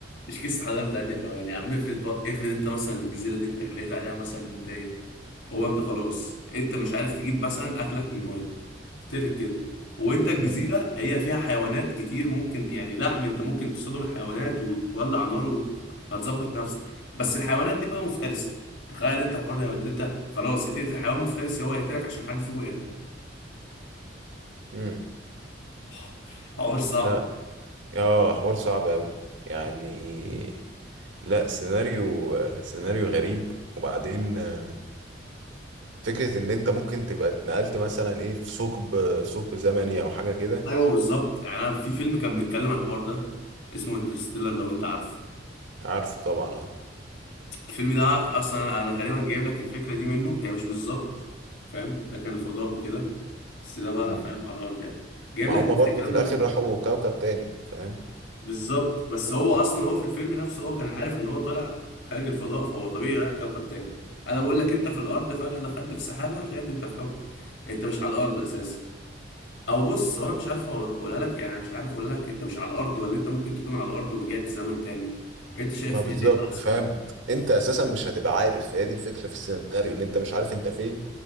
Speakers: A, on the left; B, on the right.
A: مش قصة حضارة تانية كمان يا عم افرض بقى افرض انت مثلا الجزيرة دي انت لقيت عليها مثلا ان انت ايه هو انت خلاص انت مش عارف تجيب مثلا اكلك من الميه افترض كده وانت الجزيره
B: امم
A: هي فيها حيوانات كتير ممكن يعني لحم انت ممكن تصطدم الحيوانات وتولع نار وهتظبط نفسك بس الحيوانات دي بقى مفترسه تخيل انت الحر يا واد، انت خلاص هتقتل حيوان مفترس هو هيقتلك عشان حد فيكم ياكل
B: امم
A: <laughs> حوار صعب
B: لا اه حوار صعب قوي يعني لا سيناريو سيناريو غريب وبعدين آم، فكرة ان انت ممكن تبقى اتنقلت مثلا ايه في ثقب ثقب زمني او حاجة كده
A: ايوه بالظبط يعني انا في فيلم كان بيتكلم عن الحوار ده اسمه انترستيلر لو انت عارفه
B: عارفه طبعا اه
A: الفيلم ده اصلا انا أنا غالبا جايب لك الفكره دي منه هي مش بالظبط فاهم ده كان الفضاء وكده بس ده بقى
B: مم.
A: فاهم على الارض يعني جايب
B: ما
A: لك
B: هما
A: نفس
B: برضو
A: الكلام
B: في الاخر
A: ده منه
B: راحوا كوكب تاني فاهم
A: بالظبط بس هو اصلا هو في الفيلم نفسه هو كان عارف ان هو طالع خارج الفضاء فهو طبيعي رايح كوكب تاني انا بقول لك انت في الارض فجاه دخلت في سحابه طلعت انت في كوكب انت مش على الارض اساسا او بص هو انا مش عارف اقولها لك يعني أنا مش عارف اقولها لك انت مش على الارض ولا انت ممكن تكون على الارض ورجعت زمن تاني انت شايف
B: ما بالظبط
A: ايه اللي يبقى احسن
B: فاهم انت اساسا مش هتبقى عارف هي دي الفكرة في السيناريو ان انت مش عارف انت فين